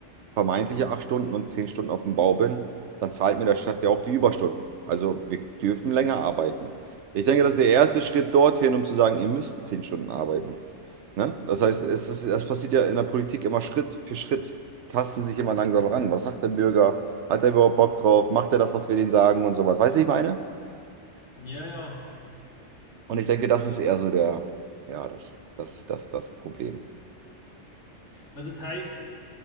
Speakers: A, on the right; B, on the left.
A: vermeintliche acht Stunden und zehn Stunden auf dem Bau bin, dann zahlt mir der Chef ja auch die Überstunden. Also wir dürfen länger arbeiten. Ich denke, das ist der erste Schritt dorthin, um zu sagen, ihr müsst zehn Stunden arbeiten. Ne? Das heißt, es ist, das passiert ja in der Politik immer Schritt für Schritt, tasten sich immer langsam ran. Was sagt der Bürger? Hat er überhaupt Bock drauf? Macht er das, was wir denen sagen und sowas? Weißt du, ich meine?
B: Ja, ja.
A: Und ich denke, das ist eher so der, ja, das, das, das, das Problem.
B: Also das heißt,